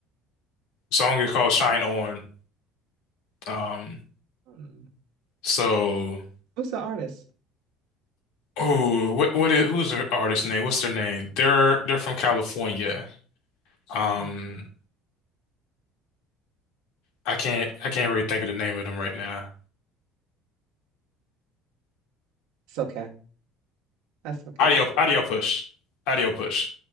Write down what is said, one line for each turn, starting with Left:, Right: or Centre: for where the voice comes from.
Left: song is called Shine On. Um,
Right: Mm-hmm.
Left: so.
Right: Who's the artist?
Left: Oh, what what is who's her artist name? What's their name? They're they're from California. Um,
Right: Mm.
Left: I can't I can't really think of the name of them right now.
Right: It's okay. That's okay.
Left: Audio Audio Push, Audio Push.